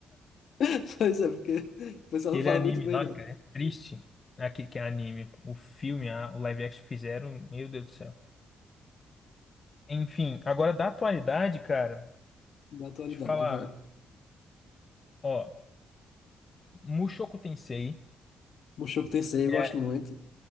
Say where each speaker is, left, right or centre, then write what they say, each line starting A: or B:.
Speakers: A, on the left (about 65°); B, on the left (about 35°).
A: <laughs> pois é, porque o pessoal
B: Aquele
A: não fala
B: anime
A: muito bem,
B: lá,
A: não.
B: cara, é triste. Aqui que é anime. O filme, a- o live action que fizeram, meu Deus do céu. Enfim, agora da atualidade, cara,
A: Na atualidade,
B: te falar,
A: vai.
B: ó, Mushoku Tensei.
A: Mushoku Tensei, eu
B: É,
A: gosto muito.